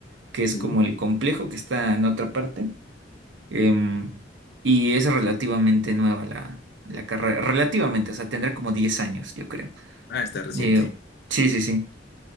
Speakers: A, on the right; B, on the left.
A: que es
B: Ujú.
A: como el complejo que está en otra parte. Em, y es relativamente nueva la, la carrera, relativamente, o sea, tendrá como 10 años, yo creo.
B: Ah, está reciente.
A: Eh, sí, sí, sí.